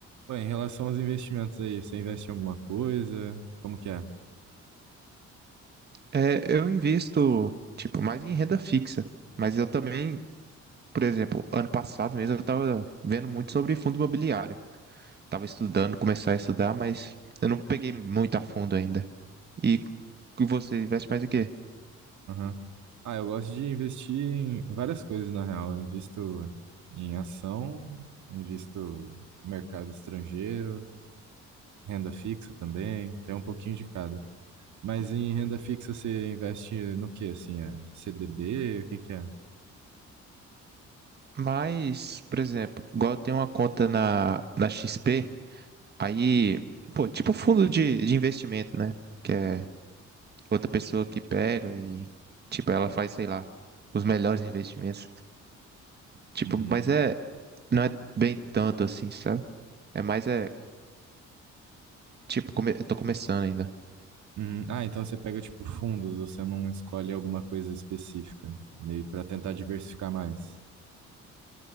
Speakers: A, on the right (about 70°); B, on the right (about 35°).
A: Pô, em relação aos investimentos aí, você investe em alguma coisa? Como que é?
B: É, eu invisto, tipo, mais em renda fixa. Mas eu também, por exemplo, ano passado mesmo eu tava vendo muito sobre fundo imobiliário. Tava estudando, começar a estudar, mas eu não peguei muito a fundo ainda. E e você investe mais em quê?
A: Aham. Ah, eu gosto de investir em várias coisas, na real. Eu invisto em ação, invisto em mercado estrangeiro, renda fixa também, tem um pouquinho de cada. Mas em renda fixa você investe no que assim? É CDB? O que que é?
B: Mas, por exemplo, igual eu tenho uma conta na, na XP, aí, pô, tipo fundo de, de investimento, né? Que é outra pessoa que pega e, tipo, ela faz, sei lá, os melhores investimentos. Tipo,
A: Uhum.
B: mas é. Não é bem tanto assim, sabe? É mais é. Tipo, come- eu tô começando ainda.
A: Uhum. Ah, então você pega tipo fundos, você não escolhe alguma coisa específica, meio para tentar diversificar mais.